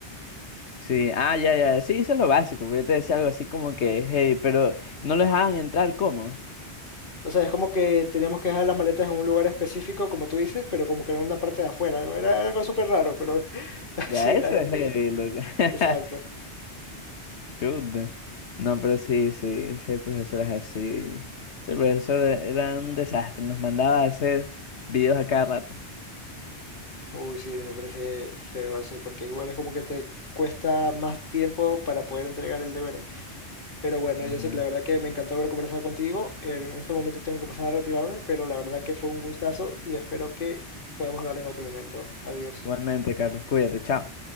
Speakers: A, on the left; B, on the left.
A: Sí, ah, ya, ya, sí, hice lo básico, pero yo te decía algo así como que hey, pero no lo dejaban entrar, ¿cómo?
B: O sea, es como que teníamos que dejar las maletas en un lugar específico, como tú dices, pero como que en una parte de afuera, algo, era algo súper raro, pero <laughs> así
A: Ya, eso
B: la gente...
A: es heavy, loco. <laughs>
B: Exacto.
A: Chuta. No, pero sí, sí, sí hay profesoras así. Ese profesor era un desastre, nos mandaba a hacer videos a cada rato.
B: Uy, sí, me parece feo eso, porque igual es como que te cuesta más tiempo para poder entregar el deber. Pero bueno,
A: Ajá.
B: yo sé que la verdad que me encantó haber conversado contigo. En este momento tengo que pasar a retirarme, pero la verdad que fue un gustazo y espero que podamos hablar en otro momento. Adiós.
A: Igualmente, Carlos, cuídate, chao.